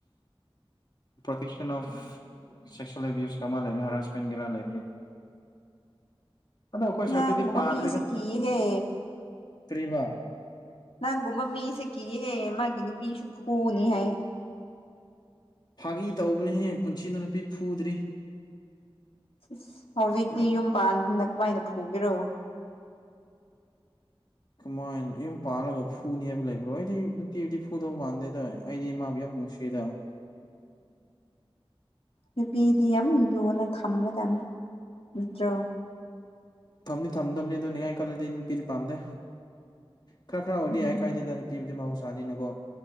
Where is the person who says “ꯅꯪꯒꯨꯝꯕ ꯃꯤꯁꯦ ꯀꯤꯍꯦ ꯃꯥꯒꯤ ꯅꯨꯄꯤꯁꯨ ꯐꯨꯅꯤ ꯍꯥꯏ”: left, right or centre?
Left